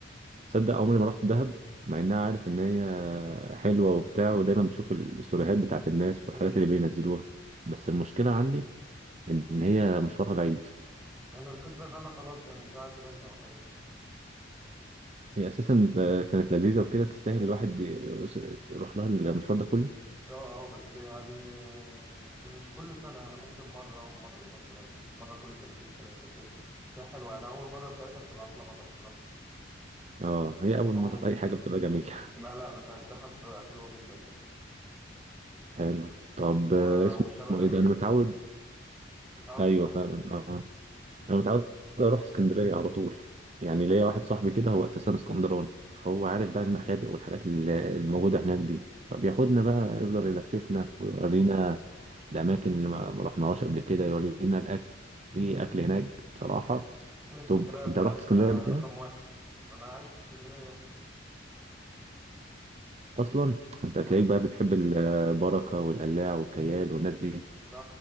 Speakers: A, on the right; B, in the centre.
A: تصدق عمري ما رحت دهب مع انها عارف ان هي حلوة وبتاع ودايما بشوف الستوريهات بتاعت الناس والحاجات
B: امم
A: اللي بينزلوها بس المشكلة
B: اه
A: عندي ان هي مشوارها بعيد
B: انا الفكره ان انا خلاص يعني زهقت منها يعتبر
A: هي اساسا آه، كانت لذيذه وكده تستاهل الواحد ي- يروح لها المشوار ده كله
B: اه اه بس يعني آه، مش كل سنه يعني ممكن مره ومره مثلا مره كل سنتين ثلاثه كده هي حلوه يعني اول مره بتاعتها بتبقى احلى مره بصراحه
A: اه هي اول
B: اول
A: مره في اي حاجه بتبقى جميله
B: لا
A: <laughs>
B: لا بتاعت دهب حلوه جدا يعني
A: حلو طب
B: و-
A: آه، اسمه
B: وشبابية
A: ايه ده انا
B: كده
A: متعود
B: متعود
A: ايوه
B: بتروح
A: فعلا
B: فين
A: اه انا متعود اروح اسكندريه على طول يعني ليا واحد صاحبي كده هو اساسا اسكندراني فهو عارف
B: تمام
A: بقى المخابئ والحاجات ال- الموجوده هناك دي فبياخدنا
B: مم.
A: بقى يفضل يلففنا ويورينا الاماكن اللي ما ما رحناهاش قبل كده يورينا الاكل في اكل هناك بصراحه
B: اسكندرية
A: طب
B: في
A: انت
B: الأكل
A: رحت اسكندريه قبل كده
B: رقم واحد أنا عايش في اسكندرية
A: اصلا انت هتلاقيك
B: أصلا
A: بقى بتحب البركه والقلاع والكيال والناس دي
B: ده